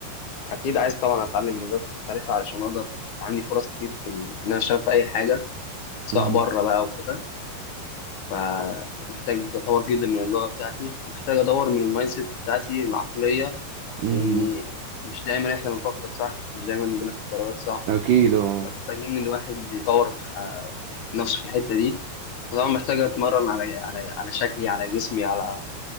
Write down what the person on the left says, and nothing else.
أكيد عايز طبعا أتعلم لغات مختلفة علشان أقدر عندي فرص كتير في ال... إن أنا أشتغل في أي حاجة سواء
بره بقى وكده فمحتاج أطور جدا من اللغة بتاعتي محتاج أدور من المايند سيت بتاعتي العقلية لأني
مش دايما إحنا بنفكر صح مش دايما بناخد قرارات صح
فمحتاجين الواحد يطور آه، نفسه في الحتة دي طبعا محتاج أتمرن على على على شكلي على جسمي على